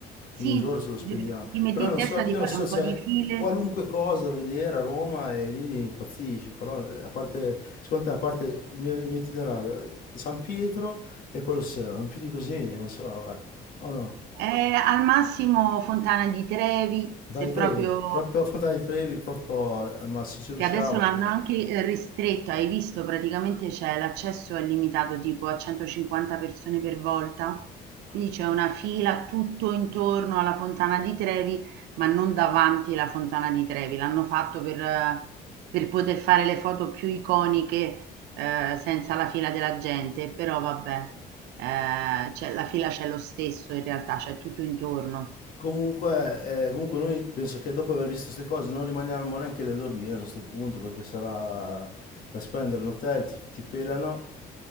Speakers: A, on the right (about 80°); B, on the left (about 60°).
A: Sì,
B: quindi un giorno ce lo spendiamo.
A: de- ti metti
B: Però
A: in
B: non
A: testa
B: so, io
A: di fare
B: non so,
A: un
B: c'è
A: po' di file.
B: qualunque cosa da vedere a Roma e lì impazzisci, però a parte, secondo te, a parte il mio, il mio itinerario, San Pietro e Colosseo, non più di così, non so, guarda. Oh no,
A: Eh, al massimo Fontana di Trevi,
B: Fontana
A: se
B: di
A: proprio
B: Trevi, proprio Fontana di Trevi, proprio al massimo, ci riusciamo.
A: che adesso l'hanno anche eh, ristretto, hai visto praticamente c'è l'accesso è limitato tipo a 150 persone per volta, quindi c'è una fila tutto intorno alla Fontana di Trevi, ma non davanti alla Fontana di Trevi, l'hanno fatto per, eh, per poter fare le foto più iconiche eh, senza la fila della gente, però vabbè, eh, c'è- la fila c'è lo stesso in realtà, c'è tutto intorno.
B: Comunque, eh, comunque noi penso che dopo aver visto queste cose non rimaniamo neanche lì a dormire a questo punto perché sarà da spendere in hotel, ti, ti pelano